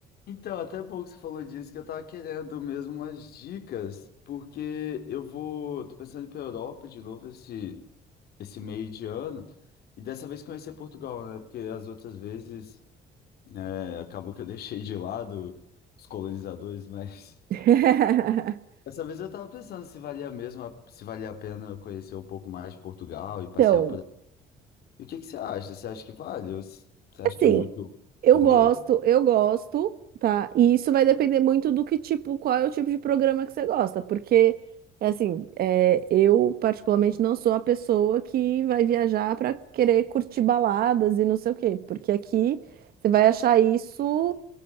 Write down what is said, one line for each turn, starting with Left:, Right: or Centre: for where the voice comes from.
Left: Então, até bom que você falou disso, que eu tava querendo mesmo umas dicas, porque eu vou, tô pensando em ir pra Europa de novo esse, esse meio de ano, e dessa vez conhecer Portugal, né? Porque as outras vezes, é, acabou que eu <laughs> deixei de lado os colonizadores, mas
Right: <laughs>
Left: <laughs> dessa vez eu tava pensando se valia mesmo, a- se valia a pena eu conhecer um pouco mais de Portugal e passear
Right: Então,
Left: por... E o que que você acha? Você acha que vale? Ou você acha
Right: Assim,
Left: que é muito,
Right: eu
Left: do
Right: gosto,
Left: medo?
Right: eu gosto, tá? E isso vai depender muito do que tipo, qual é o tipo de programa que você gosta, porque assim, é, eu particularmente não sou a pessoa que vai viajar para querer curtir baladas e não sei o quê, porque aqui você vai achar isso,